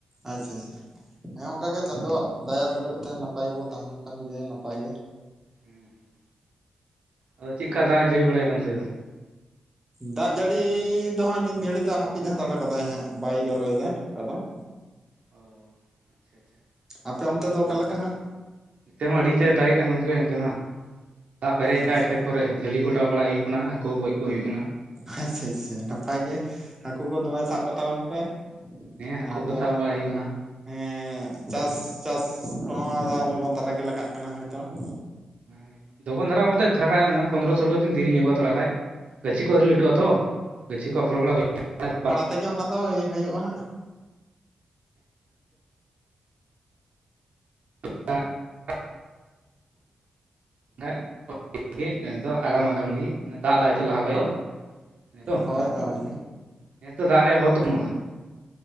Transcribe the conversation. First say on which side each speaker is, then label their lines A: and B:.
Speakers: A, on the right (about 15°); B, on the right (about 70°).
A: ᱟᱪᱪᱷᱟ ᱟᱪᱪᱷᱟ ᱾ ᱦᱮᱸ, ᱚᱱᱠᱟ ᱜᱮ ᱪᱟᱸᱫᱚᱣᱟᱜ, ᱫᱟᱭᱟ ᱫᱩᱞᱟᱹᱲ ᱛᱮ, ᱱᱟᱯᱟᱭ ᱜᱮᱵᱚ, ᱛᱟᱦᱮᱸ ᱞᱮᱱ ᱠᱷᱟᱱ ᱜᱮ, ᱱᱟᱯᱟᱭ ᱜᱮ ᱾
B: ᱦᱮᱸ, ᱟᱫᱚ ᱪᱮᱫ ᱞᱮᱠᱟ ᱫᱟᱜᱼᱮ, ᱡᱟᱹᱲᱤ ᱵᱟᱲᱟᱭᱮᱫᱟ ᱚᱱᱛᱮ ᱫᱚ?
A: ᱫᱟᱜ ᱡᱟᱹᱲᱤ ᱫᱚ ᱦᱟᱸᱜ, ᱱᱤᱛ ᱜᱷᱟᱹᱲᱤᱡ ᱫᱚ, ᱦᱟᱹᱯᱤᱫ ᱦᱟᱛᱟᱲ ᱟᱠᱟᱫᱟᱭ ᱦᱟᱸᱜ ᱾ ᱵᱟᱭ ᱡᱚᱨᱚᱭᱮᱫᱟ ᱚᱱᱠᱟ ᱫᱚ ᱾
B: ᱚᱻ, ᱟᱪᱪᱷᱟ ᱟᱪᱪᱷᱟ ᱾
A: ᱟᱯᱮ ᱚᱱᱛᱮ ᱫᱚ, ᱚᱠᱟ ᱞᱮᱠᱟ ᱦᱟᱸᱜ?
B: ᱱᱚᱛᱮ ᱢᱟ, ᱟᱹᱰᱤ ᱮᱴᱟᱜ ᱼᱮ ᱫᱟᱜᱮᱜ ᱠᱟᱱ ᱜᱚᱝᱠᱮ ᱚᱱᱛᱮ ᱢᱟ ᱾ ᱫᱟᱜ ᱯᱮᱨᱮ ᱟᱠᱟᱫᱼᱟ,
A: ᱟᱪᱪᱷᱟ
B: ᱮᱥᱠᱟ ᱠᱚᱨᱮ, ᱡᱷᱟᱹᱞᱤ ᱠᱚ, ᱚᱰᱟᱣ ᱵᱟᱲᱟ ᱦᱩᱭᱩᱜ ᱠᱟᱱᱟ ᱾ ᱦᱟᱹᱠᱩ ᱜᱚᱡ ᱠᱚ, ᱦᱩᱭᱩᱜ ᱠᱟᱱᱟ ᱾
A: ᱟᱼᱪᱪᱷᱟ ᱪᱪᱷᱟ ᱪᱷᱟ, ᱱᱟᱯᱟᱭ ᱜᱮ, ᱦᱟᱹᱠᱩ ᱠᱚ, ᱫᱚᱢᱮ ᱥᱟᱵ ᱠᱚ, ᱛᱟᱵᱚᱱ ᱯᱮ ᱾
B: ᱦᱮᱸ ᱦᱟᱹᱠᱩ
A: ᱟᱫᱚ,
B: ᱠᱚ ᱥᱟᱵ ᱵᱟᱲᱟᱭ ᱦᱩᱭᱩᱜ ᱠᱟᱱᱟ
A: ᱮᱸᱻ ᱾ ᱮᱼ ᱪᱟᱥ ᱪᱟᱥ ᱠᱚᱦᱚᱸ, ᱞᱚᱜᱚᱱ ᱫᱷᱟᱨᱟ ᱜᱮ, ᱞᱟᱜᱟᱜ ᱠᱟᱱᱟ ᱾ ᱦᱳᱭ ᱛᱚ ᱾
B: ᱟᱭ, ᱞᱚᱜᱚᱱ ᱫᱷᱟᱨᱟ ᱢᱟᱱᱛᱮ ᱫᱷᱟᱲᱟ ᱭᱟᱭ ᱯᱚᱱᱚᱨᱚ ᱥᱳᱞᱳ ᱫᱤᱱ ᱫᱮᱨᱤ ᱧᱚᱜᱚᱼᱟ ᱛᱷᱚᱲᱟ ᱠᱷᱟᱡ ᱾᱾ ᱜᱟᱹᱪᱷᱤ ᱠᱚ ᱟᱹᱣᱨᱤ ᱞᱟᱹᱴᱩᱜᱼᱟ ᱛᱚ ᱾ ᱜᱟᱹᱪᱷᱤ ᱠᱚ, ᱟᱯᱷᱚᱞ ᱵᱟᱲᱟ <unintelligible> ᱦᱩᱭ ᱾
A: ᱛᱮᱧᱟ, ᱚᱱᱟᱫᱚ ᱟ. ᱭ, ᱦᱩᱭᱩᱜᱼᱟ ᱦᱟᱸᱜ ᱾
B: <unintelligible> <unintelligible> ᱟᱜᱟᱢ ᱟᱜᱟᱢ ᱜᱮ ᱫᱟᱜ ᱫᱟᱭ ᱛᱚ ᱞᱟᱦᱟ ᱠᱷᱚᱡ ᱛᱚ ᱾ ᱱᱤᱛᱚᱝ,
A: ᱦᱳᱭ ᱦᱳᱭ
B: ᱦᱮᱸᱛᱚ ᱫᱟᱜ ᱨᱮᱭᱟᱜ ᱟᱵᱷᱟᱵᱽ ᱫᱚ ᱵᱟᱹᱱᱩᱜᱼᱟ ᱾